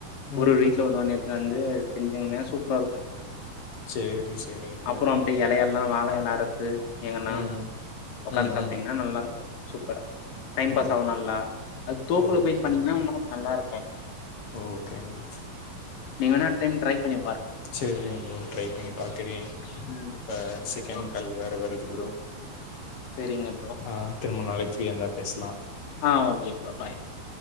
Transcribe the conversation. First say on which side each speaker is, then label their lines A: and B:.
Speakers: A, on the left; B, on the left.
A: ம்
B: ஒரு ஒரு வீட்ல ஒன்னு ஒன்னு எத் து வந்து செஞ்சங்கன்னா சூப்ராருக்கூ
A: சேரி சேரிங்க ப்ரோ
B: அப்புறோ அப்டியே எலையால ல்லா வாழையெல அறுத்து எங்கன்னா
A: ம்
B: ஒக்காந்துன்
A: ம்
B: சாப்ட்டீங்கன்னா
A: ம்
B: நல்லாருக்கூ சூப்பரா டைம்
A: ஓ
B: பாஸ் ஆவு நல்லா அது தோப்புல
A: ஓகே
B: போயின் பண்ணீங்கன்னா
A: ஓகே
B: உன்னு கொஞ்சு நல்லாருக்கூ
A: ஓகேங்க ப்ரோ
B: நீங் வேன்னா டைம் ட்ரை பண்ணி
A: செரிங் ப்ரோ ட்ரை பண்ணி பாக்குறே
B: ம்
A: இப்ப
B: ஓகே
A: செக்கேன்
B: ப்ரோ
A: கால் வேற வருது ப்ரோ
B: சரிங்க ப்ரோ
A: அ திருமணோ ஆயிச் ஃப்ரீயா இந்தா பேஸ்லா
B: அ okay bro bye